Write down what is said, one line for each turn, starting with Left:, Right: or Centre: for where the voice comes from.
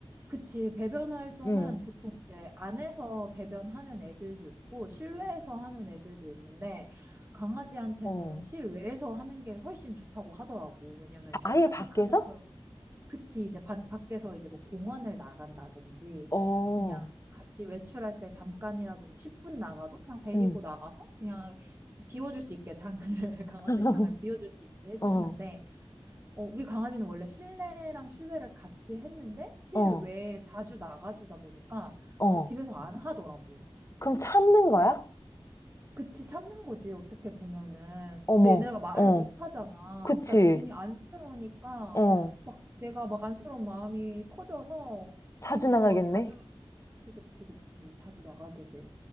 Right: 그치. 배변 활동은
Left: 응.
Right: 보통 이제 안에서 배변하는 애들도 있고, 실외에서 하는 애들도 있는데, 강아지한테는
Left: 어.
Right: 실외에서 하는 게 훨씬 좋다고 하더라고. 왜냐면 이제
Left: 아예
Right: 산책하면서
Left: 밖에서?
Right: 그치, 이제 바, 밖에서 이제 뭐 공원을 나간다든지,
Left: 어,
Right: 그냥 같이 외출할 때 잠깐이라도 뭐 10분 나가도 그냥 데리고
Left: 응.
Right: 나가서 그냥 비워줄 수 있게 장을, <laughs> 강아지의
Left: <laughs>
Right: 장을 비워줄 수 있게 해주는데,
Left: 어,
Right: 어, 우리 강아지는 원래 실내랑 실외를 같이 했는데, 실외에
Left: 어,
Right: 자주 나가주다 보니까
Left: 어.
Right: 집에서 안 하더라고.
Left: 그럼 참는 거야?
Right: 그치, 참는 거지, 어떻게 보면은.
Left: 어머,
Right: 근데 얘네가 말을
Left: 어.
Right: 못 하잖아.
Left: 그치.
Right: 그러니까 괜히 안쓰러우니까,
Left: 어.
Right: 막 내가 막 안쓰러운 마음이 커져서
Left: 자주
Right: 조금
Left: 나가겠네?
Right: 더 자주, 그치, 그치, 그치, 자주 나가게 돼.